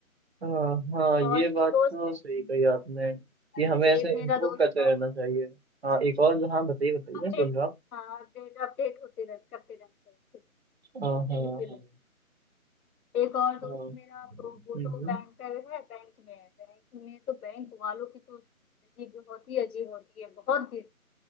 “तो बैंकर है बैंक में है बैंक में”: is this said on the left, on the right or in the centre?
Left